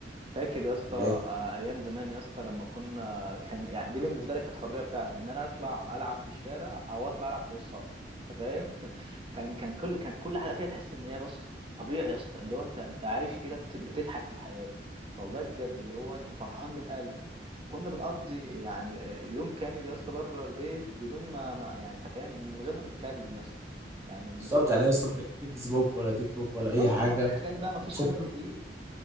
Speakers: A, on the right; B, on the right.
A: فاكر يا اسطى
B: ولا ايه
A: آه، ايام زمان يا اسطى لما كنا كان يعني دي بالنسبه لك كانت حريه فعلا ان انا اطلع العب في الشارع او اطلع العب فوق السطح انت فاهم <laughs> كان كان كل كان كل حاجه كده تحس ان هي بس طبيعي يا اسطى اللي هو انت انت عايش كده بت- بتضحك في الحياه والله بجد اللي هو انت فرحان من قلبك كنا بنقضي يعني آه، يوم كامل يا اسطى بره البيت بدون ما, ما يعني انت فاهم من غير ما نتكلم يا اسطى يعني من
B: بالظبط
A: غير ما
B: يعني يا اسطى ما كانش في فيسبوك ولا تيك توك ولا
A: اه
B: اي حاجه
A: حاجات بقى ما فيش
B: عشان
A: حاجه بتلهيك
B: تعرف